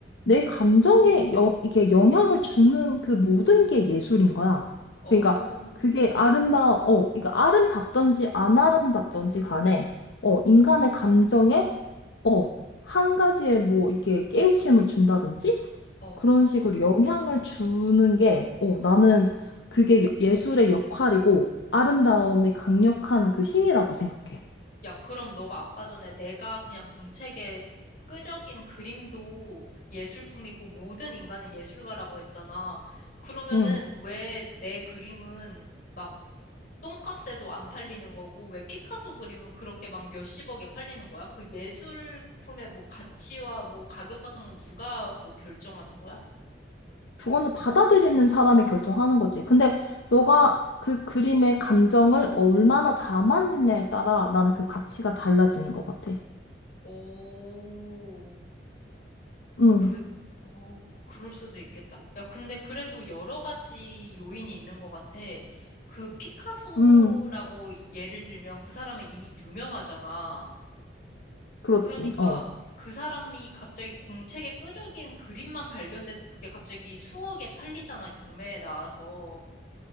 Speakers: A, on the left; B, on the left.
A: 내 감정에 여, 이게 영향을 주는 그 모든 게 예술인 거야.
B: 오,
A: 그러니까 그게 아름다, 어, 그러니까 아름답던지 안 아름답던지 간에, 어, 인간의 감정에, 어, 한 가지에 뭐 이렇게 깨우침을 준다든지?
B: 어.
A: 그런 식으로 영향을 주는 게, 어, 나는 그게 여- 예술의 역할이고 아름다움의 강력한 그 힘이라고 생각해.
B: 야, 그럼 너가 아까 전에 내가 그냥 공책에 끄적인 그림도 예술품이고 모든 인간은 예술가라고 했잖아. 그러면은
A: 응.
B: 왜 내 그림은 막 똥값에도 안 팔리는 거고 왜 피카소 그림은 그렇게 막 몇십억에 팔리는 거야? 그 예술품의 뭐 가치와 뭐 가격 같은 건 누가 뭐 결정하는 거야?
A: 그거는 받아들이는 사람이 결정하는 거지. 근데 너가 그 그림의 감정을 얼마나 담았느냐에 따라 나는 그 가치가 달라지는 것 같아.
B: 오,
A: 응,
B: 그, 오, 그럴 수도 있겠다. 야, 근데 그래도 여러 가지 요인이 있는 것 같아. 그 피카소라고
A: 응,
B: 예를 들면 그 사람은 이미 유명하잖아.
A: 그렇지.
B: 그러니까
A: 어,
B: 그 사람이 갑자기 공책에 끄적인 그림만 발견돼도 그게 갑자기 수억에 팔리잖아, 경매에 나와서.